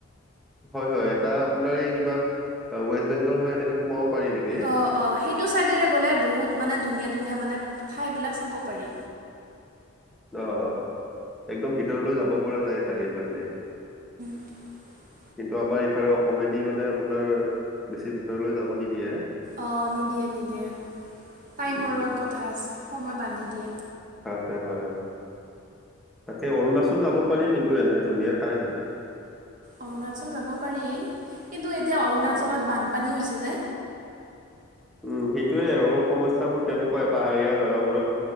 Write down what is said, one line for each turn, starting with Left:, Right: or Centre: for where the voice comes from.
Centre: হয় হয় এটা আপোনাৰ এই কিবা ৱেষ্ট বেংগল হয় এনেকে সোমাব পাৰি নেকি
Right: অঁ অঁ সেইটো ছাইডেৰে গ'লে বহুত মানে ধুনীয়া ধুনীয়া মানে ঠাইবিলাক চাব পাৰি
Centre: অ একদম ভিতৰলৈ যাব পৰা যায় চাগে এইফালে দিয়ে
Right: <inaudible>
Centre: কিন্তু আমাৰ ইফালে অসমেদি মানে আপোনাৰ বেছি ভিতৰলৈ যাব নিদিয়ে
Right: অঁ নিদিয়ে নিদিয়ে টাইমৰ
Centre: উম
Right: লগত কথা আছে সময় বান্ধি দিয়ে
Centre: হয় হয় তাকে অৰুণাচল যাব পাৰি কিন্তু এনে ধুনীয়া ঠাই হয়
Right: অৰুণাচল যাব পাৰি কিন্তু এতিয়া অৰুণাচলত
Centre: হয়
Right: বানপানী হৈছে যে
Centre: উম সেইটোয়ে অলপ সমস্যাাবোৰ তেনেকুৱাই পাহাৰীয়া জোগাবোৰত